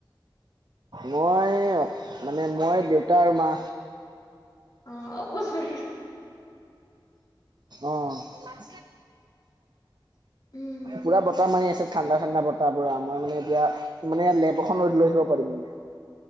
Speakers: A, on the right; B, on the left.
A: মই মানে মই দেউতা আৰু মা।
B: অ' অকলশৰীয়া।
A: অ' <unintelligible>
B: উম,
A: পুৰা বতাহ মাৰি আছে। ঠাণ্ডা ঠাণ্ডা বতাহ পুৰা মই মানে এতিয়া মানে লেপ এখনত লৈ লৈ থাকিব পাৰিম মানে